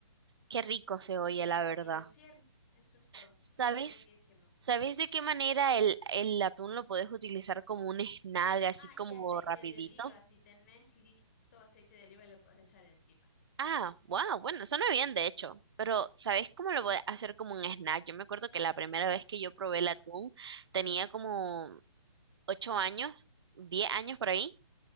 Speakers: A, on the right; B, on the left.
A: qué rico se oye, la verdad.
B: y lo cierro. Eso es todo.
A: ¿Sabes?
B: Y sabe riquísimo.
A: ¿Sabes de qué manera el, el atún lo podés utilizar como un snack, así
B: Ah,
A: como
B: y aceite
A: rapidito?
B: de oliva, si tenés listo aceite de oliva, le puedes echar encima.
A: Ah, wow, bueno, suena bien de hecho, pero ¿sabes cómo lo podés hacer como un snack? Yo me acuerdo que la primera vez que yo
B: Ajá.
A: probé el atún tenía como 8 años, 10 años por ahí.